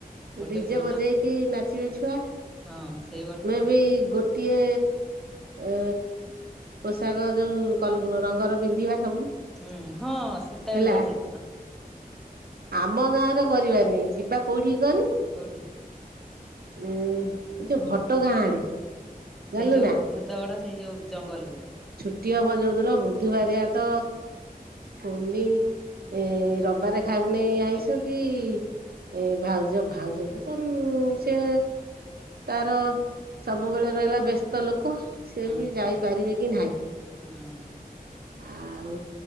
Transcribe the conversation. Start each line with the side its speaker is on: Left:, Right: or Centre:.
Centre: ଗୋଟେ
Right: ଡିଜେ ବଜେଇକି
Centre: ନା
Right: ନାଚିବେ ଛୁଆ।
Centre: ହଁ ସେଇ ବର୍ଷ
Right: ଏ ବି ଗୋଟିଏ ଏ ପୋଷାକ ଯୋଉ କ ରଙ୍ଗର ପିନ୍ଧିବା ସବୁ।
Centre: ହୁଁ ହଁ ସେଟା
Right: ହେଲା
Centre: ବି ବଢିଆ।
Right: ଆମ ଗାଁରେ କରିବାନି ଯିବା କୋଉଠି କନି?
Centre: କଉଠି
Right: ଉଁ ଯୋଉ ଘଟଗାଁ ଆଡେ। ଜାଣିଲୁ
Centre: ସେଇ ଯୋଉ
Right: ନା
Centre: ଭଦାଗଡା ସେଇ ଯୋଉ ଜଙ୍ଗଲ ରେ।
Right: ଗୋଟି ହବ ଯଦୁନ ବୁଧବାରିଆ ତ କୁନି ଏ ରବିବାର ଖକୁ ନେଇ ଆଇଷ
Centre: ଖାଇ
Right: କି ଏ ଭାଉଜ ଭାଉଜକୁ ସେ ତାର ସବୁବେଳେ ରହିଲା ବ୍ୟସ୍ତ ଲୋକ ସେ
Centre: ହଁ
Right: ବି ଯାଇପାରିବେ କି ନାହିଁ।
Centre: ହଁ।
Right: ଆଉ